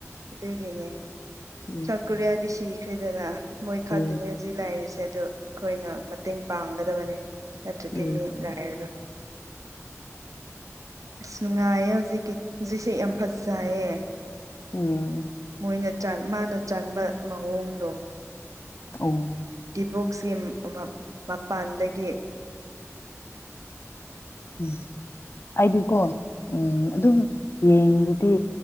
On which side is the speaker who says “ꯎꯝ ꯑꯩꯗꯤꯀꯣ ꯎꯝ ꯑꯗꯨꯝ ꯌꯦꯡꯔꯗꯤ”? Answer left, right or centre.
Left